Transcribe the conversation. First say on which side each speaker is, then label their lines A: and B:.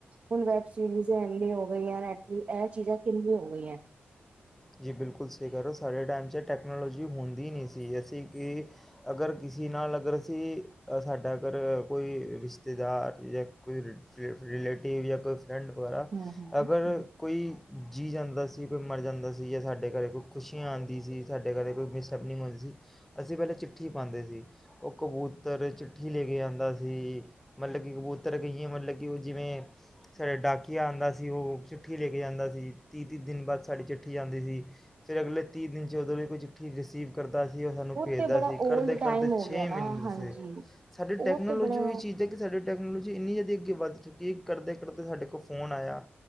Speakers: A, on the right; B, in the centre.
A: ਹੁਣ ਵੈਬ ਸੀਰੀਜ਼ਨੀ ਹੋ ਗਈ ਨ ਇਹ ਚੀਜ਼ਾਂ ਕਿੰਨ ਹੋ ਗਈਆਂ।
B: ਜੀ ਬਿਲਕੁਲ ਸਹੀ ਕਹਿ ਰਹੇ ਉ ਸਾਡੇ ਟਾਈਮ 'ਚ ਟੈਕਨੋਲੋਜੀ ਹੁੰਦੀ ਨਹੀਂ ਸੀ। ਅਸੀਂ ਕਿ ਅਗਰ ਕਿਸੇ ਨਾਲ ਅਗਰ ਅਸੀਂ ਸਾਡਾ ਅਗਰ ਕੋਈ ਰਿਸ਼ਤੇਦਾਰ ਜਾਂ ਕੋਈ ਰਿ ਰਿ ਰਿਲੇਟਿਵ ਜਾਂ ਕੋਈ ਫਰੈਂਡ ਵਗੈਰਾ
A: ਹਮ ਹਮ
B: ਅਗਰ
A: ਹਮ।
B: ਕੋਈ। ਜੀਅ ਜਾਂਦਾ ਸੀ ਕੋਈ ਮਰ ਜਾਂਦਾ ਸੀ। ਜਾਂ ਸਾਡੇ ਘਰ ਕੋਈ ਖੁਸ਼ੀਆਂ ਆਉਂਦੀ ਸੀ। ਸਾਡੇ ਘਰ ਕੋਈ ਮਿਸਟੈਪਨਿੰਗ ਹੁੰਂਦੀ ਸੀ ਅਸੀਂ ਪਹਿਲਾਂ ਚਿੱਠੀ ਪਾਉਂਦੇ ਸੀ। ਉਹ ਕਬੂਤਰ ਚਿੱਠੀ ਲੈ ਕੇ ਜਾਂਦਾ ਸੀ ਮਤਲਬ ਕਿ ਕਬੂਤਰ ਕਹੀਏ ਮਤਲਬ ਕਿ ਉਹ ਜਿਵੇਂ ਸਾਡੇ ਡਾਕੀਆ ਆਉਂਦਾ ਸੀ ਉਹ ਚਿੱਠੀ ਲੈ ਕੇ ਆ ਜਾਂਂਦਾ ਸੀ ਤੀਹ ਤੀਹ ਦਿਨ ਬਾਅਦ ਸਾਡੀ ਚਿੱਠੀ ਚਿੱਠੀ ਜਾਂਦੀ ਸੀ ਫਿਰ ਅਗਲੇ ਤੀਹ ਦਿਨ 'ਚ ਉਦੋਂ ਲਈ ਕੋਈ ਚਿੱਠੀ ਰਿਸੀਵ ਕਰਦਾ ਸੀ ਉਹ ਸਾਨੂੰ ਭੇਜਦਾ
A: ਤੇ ਬੜਾ
B: ਸੀ
A: ਓਲਡ
B: ਕਰਦੇ
A: ਟਾਈਮ
B: ਕਰਦੇ
A: ਹੋ
B: ਛੇ
A: ਗਿਆ ਨਾ
B: ਮਿੰਟ
A: ਹਾਂਜੀ
B: ਸੀ ਸਾਡੀ
A: ਉਹ
B: ਟੈਕਨੋਲੋਜੀ
A: ਤੇ ਬੜਾ
B: ਉਹੀ ਚੀਜ਼ ਹੈ ਕਿ ਸਾਡੀੇ ਟੈਕਨੋਲੋਜੀ ਇੰਨੀ ਜਿਆਦਾ ਅੱਗੇ ਵੱਧ ਚੁੱਕੀ ਹੈ। ਕਰਦੇ- ਕਰਦੇ ਸਾਡੇ ਕੋਲ ਫੋਨ ਆਇਆ।